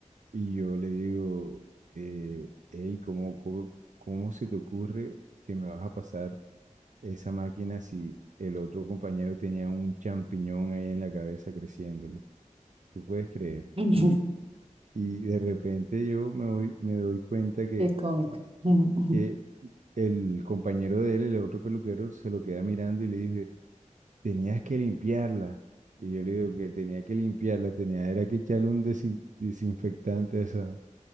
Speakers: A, on the right; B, on the right.
A: Y yo le digo, eh, hey, ¿cómo, cómo, cómo se te ocurre que me vas a pasar esa máquina si el otro compañero tenía un champiñón ahí en la cabeza creciéndole? ¿Tú puedes creer?
B: <laughs>
A: Y, y de repente yo me voy- me doy cuenta que
B: Qué cómico. <laughs>
A: que el compañero de él, el otro peluquero, se lo queda mirando y le dice, tenías que limpiarla. Y yo le digo que tenía que limpiarla, tenía era que echarle un desin- desinfectante a esa.